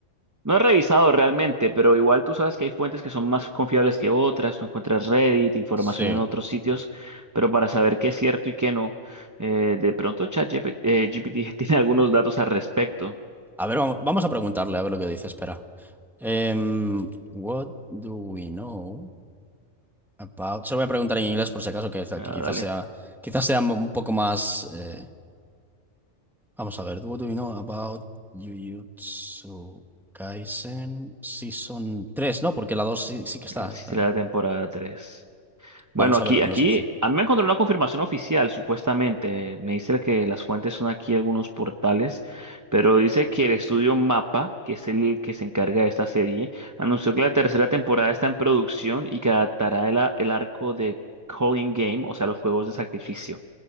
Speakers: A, on the right (about 20°); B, in the centre.
A: No he revisado realmente, pero igual tú sabes que hay fuentes que son más confiables que otras, tú encuentras Reddit, información
B: Sí.
A: en otros sitios, pero para saber qué es cierto y qué no, eh, de pronto ChatGPT eh, GPT <laughs> tiene algunos datos al respecto.
B: A ver, vamos, vamos a preguntarle a ver lo que dice. Espera. Em, what do we know? About. Se lo voy a preguntar en inglés por si acaso, que,
A: Ah,
B: que quizás
A: dale,
B: sea, quizás sea un poco más. eh, vamos a ver. What do you know about Jujutsu Kaisen Season tres? No, porque la 2 sí, sí que está,
A: eh, si
B: está.
A: será la temporada 3. Bueno,
B: Vamos
A: aquí,
B: a ver lo que
A: aquí,
B: nos dice.
A: a mí me encontró una confirmación oficial, supuestamente. Me dice que las fuentes son aquí algunos portales, pero dice que el estudio MAPA, que es el que se encarga de esta serie, anunció que la tercera temporada está en producción y que adaptará el, a- el arco de Calling Game, o sea, los juegos de sacrificio,